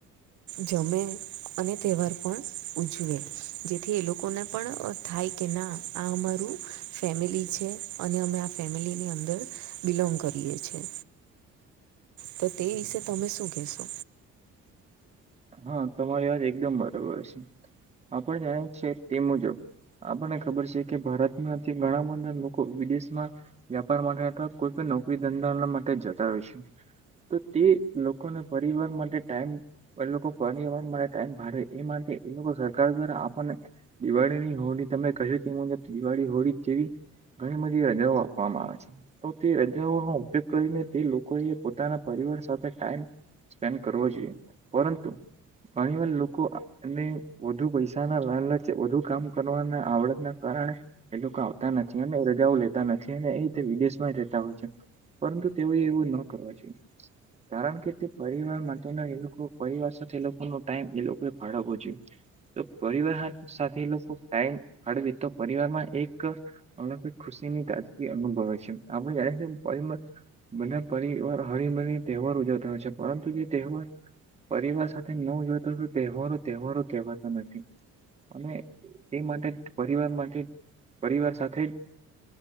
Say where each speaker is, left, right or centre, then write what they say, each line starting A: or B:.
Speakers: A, on the right (about 75°); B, on the right (about 20°).
A: જમે અને તહેવાર પણ ઉજવે જેથી એ લોકોને પણ. થાય કે ના આ અમારું ફેમિલી છે અને અમે આ ફેમિલીની અંદર. બિલોંગ કરીએ છીએ. તો તે વિશે તમે શું કહેશો.
B: હા તમારી વાત એકદમ બરોબર છે આપ જાણે છે તે મુજબ. આપણને ખબર છે કે ભારતમાંથી ઘણા બધા લોકો વિદેશમાં. વ્યાપાર માટે અથવા કોઈ પણ નોકરી ધંધા માટે જતા હોય છે. તો તે લોકોને પરિવાર માટે ટાઈમ એ લોકો. પરર ટમ ભ એ માટે એ લોકો સરકાર દ્વારા આપને. દિવાળીની હોળી તમે કહ્યું છે એ મુજબ દિવાળી હોળી જેવી. ઘણી બધી રજાઓ આપવામાં આવે છે. તો તે રજાઓનોો ઉપયોગ કરીને તે લોકો એ પોતાના પરિવાર સાથે ટાઈમ. સ્પેન્ડ કરવો જોઈએ પરંતુ. ઘણીવાર લોકો એને વધુ પૈસાના લ લચ વધુ કામ કરવાના આવડતના કારણે. એ લોકો આવતા નથી અને રજાઓ લેતા નથી અને એ વિદેશમાં રહેેતા હોય છે. પરંતુ તેઓ એવું ન કરવા જોઈએ. કારણ કે તે પરિવાર માટે એ લોકો પરિવાર સાથે એ લોકો. ો ટાઈમ એ લોકોએ ફાળવો જોઈએ. તો પરિવાર સાથે લોકો ટાઈમ હળવે તો પરિવારમાં એક હમણા કોઈ ખુશી ની તાજગી અનુભવ હોય છે આપણે જાણીએ છીએ પરિવાર જ બધા પરિવાર હળીમળી તહેવાર ઉજવતા હોય છે પરંતુ જે તહેવાર પરિવાર સાથે નો ઊજવાતા તહેવારો તહેવારો કહેવાતા નથી અને તે માટે જ પરિવાર માટે પરિવાર સાથે જ